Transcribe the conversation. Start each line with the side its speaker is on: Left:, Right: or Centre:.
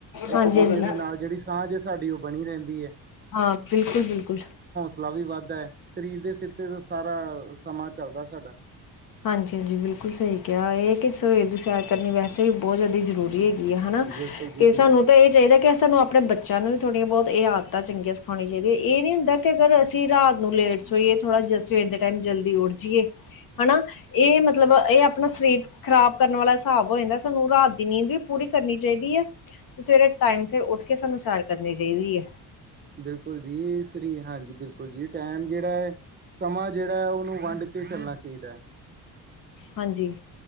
Right: ਇੱਕ
Left: ਹਾਂਜੀ
Right: ਦੂਜੇ
Left: ਹਾਂਜੀ
Right: ਦੇ ਨਾਲ ਜਿਹੜੀ ਸਾਂਝ ਹੈ ਸਾਡੀ ਉਹ ਬਣੀ ਰਹਿੰਦੀ ਹੈ
Left: ਹਾਂ ਬਿਲਕੁਲ ਬਿਲਕੁਲ
Right: ਫਲਾ ਵੀ ਵੱਧਦਾ ਹੈ ਸਰੀਰ ਦੇ ਸਿਰ ਤੇ ਤਾਂ ਸਾਰਾ ਸਮਾਂ ਚੱਲਦਾ ਸਾਡਾ
Left: ਹਾਂਜੀ ਹਾਂਜੀ ਬਿਲਕੁਲ ਸਹੀ ਕਿਹਾ ਇਹ ਕਿ ਸਵੇਹਰ ਦੀ ਸੈਰ ਕਰਨੀ ਵੈਸੇ ਵੀ ਬਹੁਤ ਜ਼ਿਆਦਾ ਜ਼ਰੂਰੀ ਹੈ ਗੀ ਆ ਹਨਾ
Right: ਬਿਲਕੁਲ ਜੀ
Left: ਕਿ
Right: ਬਿਲਕੁਲ
Left: ਸਾਨੂੰ ਤਾਂ ਇਹ ਚਾਹੀਦਾ ਕਿ ਸਾਨੂੰ ਆਪਣੇ ਬੱਚਿਆਂ ਨੂੰ ਵੀ ਥੋੜ੍ਹੀਆਂ ਬਹੁਤ ਇਹ ਆਦਤਾਂ ਚੰਗੀਆਂ ਸਿਖਾਉਣਣੀ ਚਾਹੀਦੀਆਂ ਇਹ ਨਹੀਂ ਹੁੰਦਾ ਕਿ ਅਗਰ ਅਸੀਂ ਰਾਤ ਨੂੰ ਲੇਟ ਸੋਇਏ ਥੋੜ੍ਹਾ ਜਿਹਾ ਸਵੇਰ ਦੇ ਟਾਈਮ ਜਲਦੀ ਉੱਠ ਜਾਇਏ ਹਨਾ ਇਹ ਮਤਲਬ ਇਹ ਆਪਣਾ ਸਰੀਰ ਖ਼ਰਾਬ ਕਰਨ ਵਾਲਾ ਹਿਸਾਬ ਹੋ ਜਾਂਦਾ ਸਾਨੂੰ ਰਾਤ ਦੀ ਨੀਂਦ ਵੀ ਪੂਰੀ ਕਰਨੀ ਚਾਹੀਦੀ ਹੈ ਸਵੇਰੇ ਟਾਈਮ ਸਿਰ ਉੱਠ ਕੇ ਸਾਨੂੰ ਸੈਰ ਕਰਨੀ ਚਾਹੀਦੀ ਹੈ
Right: ਬਿਲਕੁਲ ਜੀ ਸ਼ਰੀਰ ਹਾਂਜੀ ਬਿਲਕੁਲ ਦੇਖੋ ਜੀ ਟਾਈਮ ਜਿਹੜਾ ਹੈ ਸਮਾਂ ਜਿਹੜਾ ਹੈ ਉਹਨੂੰ ਵੰਡ ਕੇ ਚੱਲਣਾ ਚਾਹੀਦਾ ਹੈ
Left: ਹਾਂਜੀ